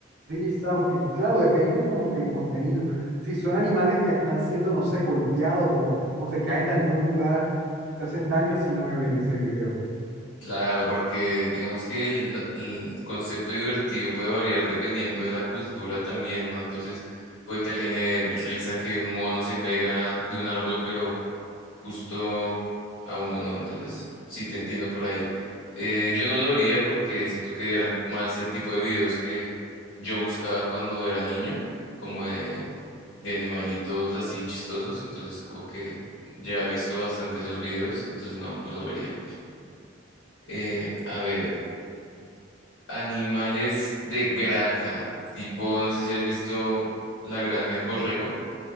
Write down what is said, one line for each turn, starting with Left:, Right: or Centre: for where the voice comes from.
Right: risa, aunque claro, depende como que el contenido. Si son animales que están siendo, no sé, golpeados o, o se caen de algún lugar, se hacen daño, si no me vería ese video.
Left: Claro, porque digamos que el, el concepto divertido puede variar dependiendo de la cultura también, ¿no? Entonces, puede que a alguien le dé risa que un mono se caiga de un árbol, pero justo a uno no. Entonces, sí te entiendo por ahí. Eh, yo no lo vería porque siento que eran más el tipo de videos que yo buscaba cuando era niño, como de, de animalitos así chistosos. Entonces, como que ya he visto bastante esos videos, entonces no, no lo vería. Eh, a ver. Animales de granja, tipo, no sé si has visto La Granja del Borrego,